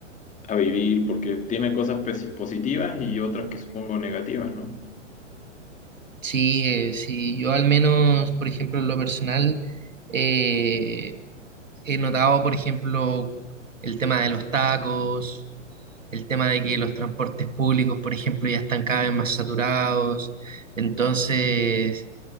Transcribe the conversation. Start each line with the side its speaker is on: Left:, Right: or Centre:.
Left: a vivir, porque tiene cosas pesi- positivas y otras que supongo negativas, ¿no?
Right: Sí, eh, sí, yo al menos, por ejemplo, en lo personal, eh, he notado, por ejemplo, el tema de los tacos, el tema de
Left: Mm.
Right: que los transportes públicos, por ejemplo, ya están cada vez más saturados, entonces